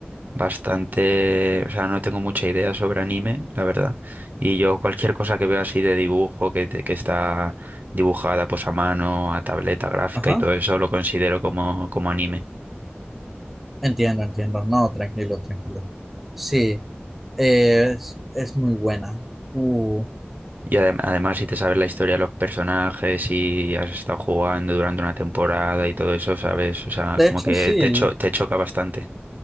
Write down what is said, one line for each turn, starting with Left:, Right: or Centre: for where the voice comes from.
Right: bastante, o sea, no tengo mucha idea sobre anime, la verdad. Y yo cualquier cosa que veo así de dibujo, que, te- que está dibujada pues a mano, a tableta gráfica
Centre: Ajá.
Right: y todo eso, lo considero como, como anime.
Centre: Entiendo, entiendo. No, tranquilo, tranquilo. Sí, eh, es, es muy buena. Uh,
Right: Y adem- además, si te sabes la historia de los personajes y has estado jugando durante una temporada y todo eso, ¿sabes? O sea,
Centre: de
Right: como
Centre: hecho,
Right: que
Centre: sí.
Right: te cho- te choca bastante.